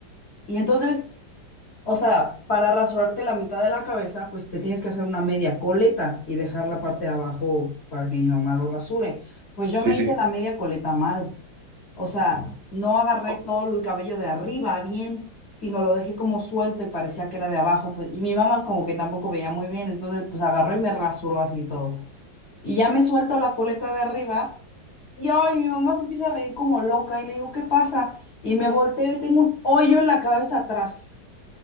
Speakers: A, on the left; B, on the right.
A: Y entonces, o sea, para rasurarte la mitad de la cabeza, pues te tienes que hacer una media coleta y dejar la parte de abajo para que mi mamá lo rasure. Pues yo
B: sí,
A: me
B: sí.
A: hice la media coleta mal. O sea, no agarré
B: Oh,
A: todo el cabello de arriba bien, sino lo dejé como suelto y parecía que era de abajo. Pues, y mi mamá como que tampoco veía muy bien, entonces pues agarró y me rasuró así todo. Y ya me suelto la coleta de arriba y ay, mi mamá se empieza a reír como loca y le digo, ¿qué pasa? Y me volteo y tengo un hoyo en la cabeza atrás